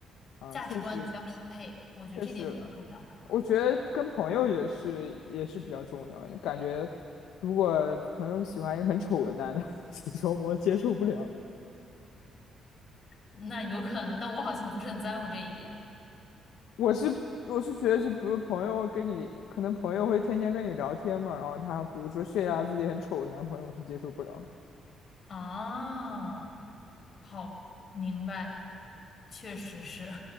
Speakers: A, on the left; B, on the left.
A: 啊，
B: 价值观比较匹配，
A: 确实，
B: 我觉得这点比较重要吧。
A: 确实。我觉得跟朋友也是也是比较重要，因为感觉如果朋友喜欢一个很丑的男的，<laughs> 这种我接受不了。
B: 那有可能，但我好像不是很在乎这一点
A: 我是我是觉得，就比如朋友跟你，可能朋友会天天跟你聊天嘛，然后他比如说炫耀自己很丑的男朋友，我是接受不了
B: 啊。好，明白。确实是，